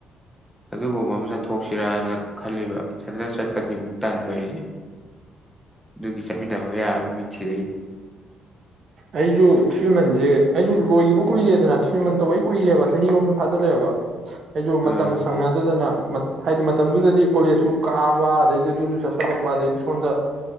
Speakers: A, in the centre; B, on the right.
A: ꯑꯗꯨꯒꯨꯝꯕ ꯑꯃ ꯆꯠꯊꯣꯛꯁꯤꯔꯥꯅ ꯈꯜꯂꯤꯕ ꯏꯊꯟꯗ ꯆꯠꯄꯗꯤ ꯑꯃꯨꯛ ꯇꯗꯕꯩꯦ ꯑꯗꯨꯒꯤ ꯆꯠꯃꯤꯟꯅꯕ ꯌꯥꯕ ꯃꯤ ꯊꯤꯔꯛꯏꯅꯤ
B: ꯑꯩꯁꯨ ꯊ꯭ꯔꯤ ꯃꯟꯁꯦ ꯑꯩꯁꯨ ꯂꯣꯏꯈꯤꯕ ꯀꯨꯏꯔꯦꯗꯅ ꯊ꯭ꯔꯤ ꯃꯟ ꯇꯧꯕꯩ ꯀꯨꯏꯔꯦꯕ ꯆꯍꯤꯔꯣꯝꯗ ꯐꯥꯖꯤꯜꯂꯛꯑꯦꯕ ꯑꯩꯁꯨ ꯃꯇꯝ
A: ꯎꯝ
B: ꯁꯪꯅꯗꯗꯅ ꯃꯠ ꯍꯥꯏꯗꯤ ꯃꯇꯝꯗꯨꯗꯗꯤ ꯀꯣꯂꯦꯖꯁꯨ ꯀꯥꯕ ꯑꯗꯩꯗꯤ ꯑꯗꯨꯁꯨ ꯆꯠꯁꯜꯂꯛꯄ ꯑꯗꯩꯗꯤ ꯁꯣꯝꯗ